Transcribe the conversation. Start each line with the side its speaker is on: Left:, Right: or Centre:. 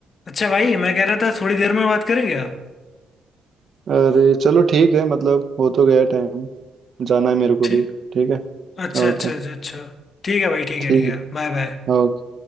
Left: अच्छा भाई मैं कह रहा था थोड़ी देर में बात करेंगे आप
Right: अरे चलो ठीक है मतलब हो तो गया टाइम जाना है मेरे को
Left: ठीक
Right: भी ठीक है
Left: अच्छा अच्छा
Right: ओके
Left: अच्छा अच्छा ठीक है भाई ठीक
Right: ठीक
Left: है ठीक है बाय बाय
Right: ओके